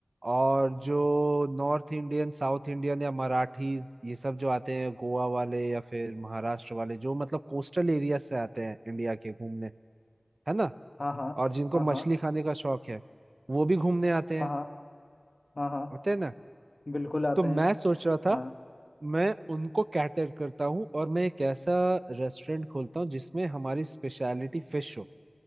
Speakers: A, on the right; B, on the left.
A: और जो नॉर्थ इंडियन साउथ इंडियन या मराठीज ये सब जो आते हैं गोवा वाले या फिर महाराष्ट्र वाले जो मतलब कोस्टल एरिया से आते हैं इंडिया के घूमने है ना
B: हाँ हाँ
A: और जिनको
B: हाँ हाँ
A: मछली खाने का शौक है वो भी घूमने आते हैं
B: हाँ हाँ हाँ हाँ
A: आते हैं ना
B: बिल्कुल आते
A: तो मैं
B: हैं
A: सोच रहा था
B: हाँ
A: मैं उनको कैटर करता हूँ और मैं एक ऐसा रेस्टोरेंट खोलता हूँ जिसमें हमारी स्पेशलिटी फिश हो